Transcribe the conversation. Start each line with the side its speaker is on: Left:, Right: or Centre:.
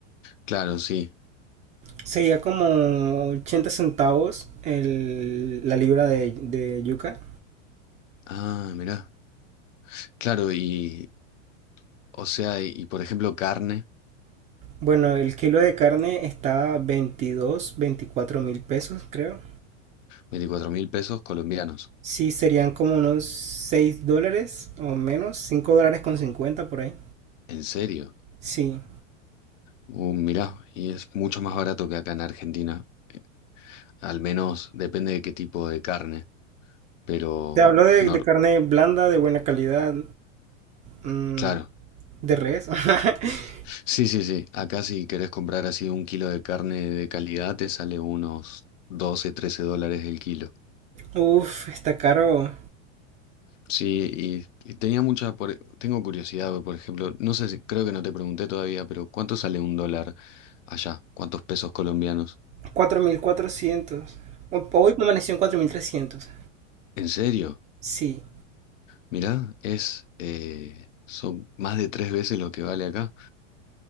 Left: Claro, sí.
Right: Sería como 80 centavos el- la libra de, de yuca.
Left: Ah, mirá. Claro, y, o sea, y, y por ejemplo carne,
Right: Bueno, el kilo de carne está 22 veinticuatro mil pesos, creo.
Left: veinticuatro mil pesos colombianos.
Right: Sí, serían como unos 6 dólares o menos, 5 dólares con 50 por ahí.
Left: ¿En serio?
Right: Sí.
Left: Uh, mirá, y es mucho más barato que acá en Argentina. Eh, Al menos depende de qué tipo de carne. Pero,
Right: Te hablo de,
Left: no,
Right: de carne blanda, de buena calidad, mm,
Left: claro.
Right: de res. <laughs>
Left: Sí, sí, sí. Acá si querés comprar así un kilo de carne de calidad te sale unos 12, 13 dólares el kilo.
Right: Uf, está caro.
Left: Sí, y, y tenía mucha, por- tengo curiosidad, por ejemplo, no sé si, creo que no te pregunté todavía, pero ¿cuánto sale un dólar allá? ¿Cuántos pesos colombianos?
Right: 4.400. Ho- Hoy permaneció en 4.300.
Left: ¿En serio?
Right: Sí,
Left: Mirá, es, eh, son más de tres veces lo que vale acá.